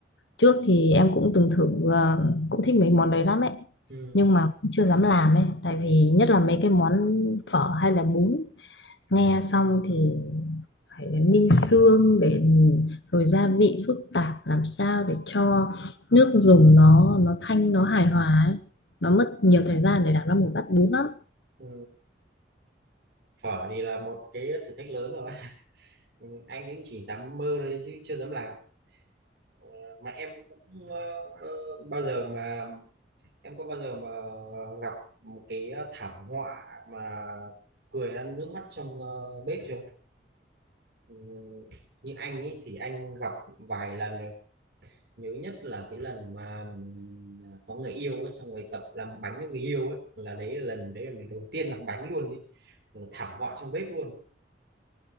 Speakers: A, on the left; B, on the right.
A: Trước thì em cũng từng thử ờ, cũng thích mấy món đấy lắm ấy
B: ừ.
A: nhưng mà cũng chưa dám làm ấy tại vì nhất là mấy cái món phở hay là bún nghe xong thì phải ninh xương để rồi gia vị phức tạp làm sao để cho nước dùng nó nó thanh nó hài hòa ấy nó mất nhiều thời gian để làm ra một bát bún lắm
B: ừ. phở thì là một cái thử thách lớn rồi <laughs> ừ. anh ấy chỉ dám mơ thôi chứ chưa dám làm Ờ, mà em cũng ờ, ờ, bao giờ mà em có bao giờ mà gặp một cái thảm họa mà cười ra nước mắt trong ờ, bếp chưa ừ. như anh ấy thì anh gặp vài lần rồi nhớ nhất là cái lần mà ừm, có người yêu ấy xong rồi tập làm bánh cho người yêu ấy là đấy là lần đấy là lần đầu tiên làm bánh luôn ấy Ừ, thảm họa trong bếp luôn